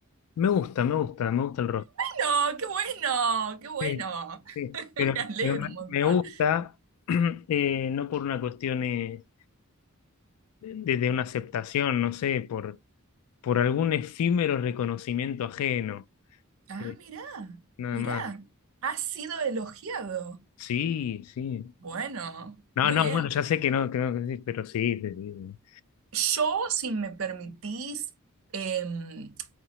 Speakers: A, on the left; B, on the right.
A: me gusta, me gusta, me gusta el rostro.
B: No, qué bueno, qué bueno.
A: Sí, sí,
B: <laughs>
A: pero,
B: Me alegro
A: pero me,
B: un montón.
A: me gusta, <clears throat> eh, no por una cuestión eh, de, de una aceptación, no sé, por, por algún efímero reconocimiento ajeno.
B: Ah,
A: eh,
B: mirá,
A: nada
B: mirá.
A: más.
B: Ha sido elogiado.
A: Sí, sí.
B: Bueno,
A: No,
B: muy
A: no,
B: bien.
A: bueno, ya sé que no, que no, que sí, pero sí, sí, sí.
B: Yo, si me permitís, em,